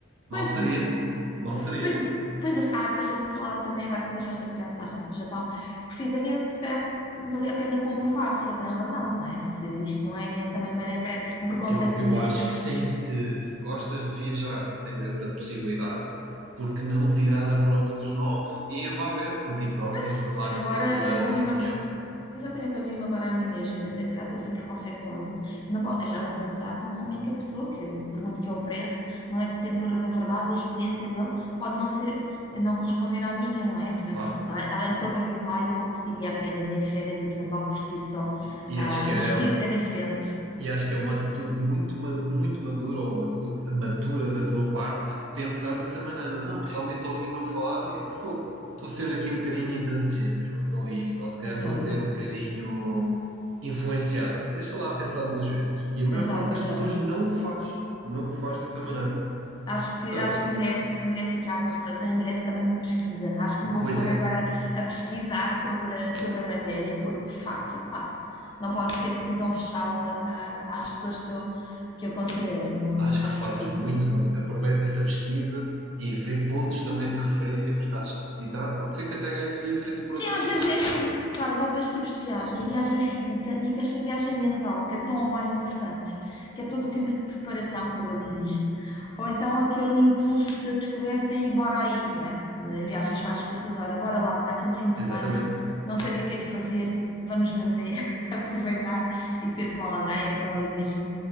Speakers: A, on the right; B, on the left.
A: Mal
B: Pois,
A: seria,
B: e,
A: mal seria.
B: pois, pois, mas há aquele outro lado também agora que me deixaste a pensar sobre o Japão. Precisamente, se calhar, valia a pena comprovar se ele tem razão, não é? Se isto não é também uma ideia, pré- um preconceito
A: Eu, eu
B: meu
A: acho que sim, se, se gostas de viajar, se tens essa possibilidade, porque não tirar a prova dos nove e ir lá ver por ti próprio
B: Mas
A: e formares
B: é que agora
A: a tua,
B: eu
A: a
B: ouvi-me.
A: tua opinião,
B: Exatamente, eu ouvi-me agora a mim mesma e pensei, se calhar estou a ser preconceituosa e não posso deixar-me influenciar por uma única pessoa que, por muito que eu prece, não é detentora da verdade e a experiência dele pode não ser, não corresponder à minha, não é? Portanto,
A: claro.
B: ale- além de que ele vive lá e eu iria apenas em férias e, portanto, logo por si só,
A: E, e
B: ah,
A: acho que é,
B: o espírito é diferente.
A: E acho que é uma atitude muito, ma- muito madura ou matu- matura da tua parte pensar dessa maneira. Não, realmente ouvi-me a falar e fô, estou a ser aqui um bocadinho intransigente em relação a isto, ou se calhar
B: Exato,
A: estou a ser um bocadinho influenciada. Deixa lá pensar duas vezes. E a maior
B: exato,
A: parte das
B: exato.
A: pessoas não o faz, não o faz dessa maneira.
B: Acho que,
A: Mas olha,
B: acho que merece, merece aqui alguma reflexão e merece também uma pesquisa. Acho que me vou
A: pois
B: pôr
A: é,
B: agora a pesquisar sobre, a- sobre a matéria, porque de facto, pá, não posso ser assim tão fechada, ah, às pessoas que eu, que eu considero, não
A: acho
B: faz
A: que fazes
B: sentido.
A: muito bem. Aproveita essa pesquisa e vê pontos também de referência que gostasses de visitar. Pode ser que até ganhes o interesse por
B: Sim,
A: outras
B: às
A: razões.
B: vezes é assim, sabes? Há dois tipos de viagem, a viagem física e esta viagem mental, que é tão ou mais importante, que é todo o tempo de preparação, quando ele existe, ou então aquele impulso da descoberta e bora aí, não é? Em viagens mais curtas, ora, bora lá, está aqui um fim de
A: Exatamente.
B: semana, não sei o que é que é de fazer, vamos, mas é <laughs> aproveitar e ter com alguém, ou então ir mesmo